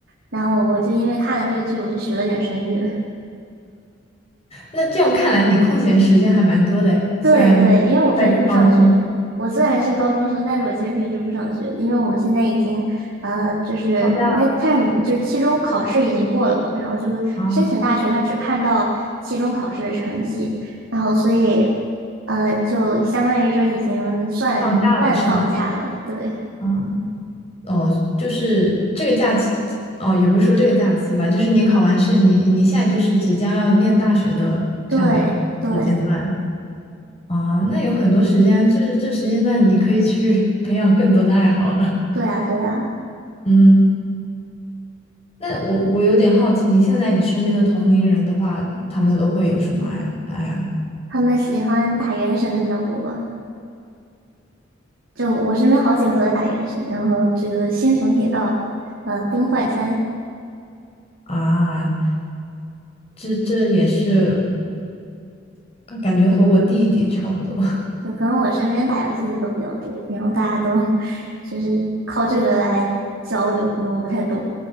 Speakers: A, on the right (about 75°); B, on the left (about 30°).
A: 然后我就因为看了这个剧，我就学了点声乐。<laughs>
B: 那这样看来，你空闲时间还蛮多的诶，虽然在高中。
A: 对对，因为我平时不上学，我虽然是高中生，但是我其实平时不上学的因为我们现在已经呃就是
B: 放假了
A: midterm 就是期中考试已经过了嘛，然后就申请大学，
B: 啊，
A: 他只看到期中考试的成绩，然后所以呃就相当于说已经算半放假了，
B: 放假了是吗？
A: 对
B: 啊，哦，就是这个假期，哦，也不是说这个假期吧，就是你考完试，你你现在就是即将要念大学的这样的
A: 对对
B: 时间段啊，那有很多时间，这这时间段你可以去 <laughs> 培养更多的爱好了。
A: 对啊对啊。
B: 嗯，那我我有点好奇，你现在你身边的同龄人的话，他们都会有什么爱爱呀
A: 他们喜欢打原神的比较多吧？就我身边好几个都在打原神，然后这个《星穹铁道》呃《崩坏三》，
B: 啊？这这也是感觉和我弟弟差不多。
A: 就可能我身边打游戏的都比较多，然后大家都 <laughs> 就是靠这个来交流，可能我不太懂